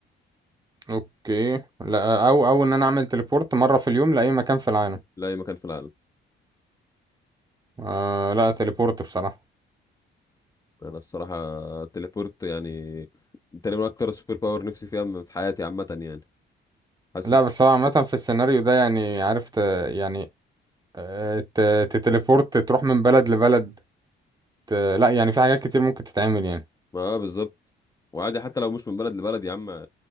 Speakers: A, on the right; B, on the left.
A: اوكي لا او او ان انا اعمل تليبورت مره في اليوم لاي مكان في العالم
B: لأي مكان في العالم
A: آه لا تليبورت بصراحه
B: انا الصراحة التليبورت يعني تقريبا اكتر سوبر باور نفسي فيها من- في حياتي عامة يعني حاسس
A: لا بس هو عامه في السيناريو ده يعني عرفت يعني آه، ت- تتليبورت تروح من بلد لبلد ت- لا يعني في حاجات كتير ممكن تتعمل يعني
B: ما آه بالظبط وعادي حتى لو مش من بلد لبلد يا عم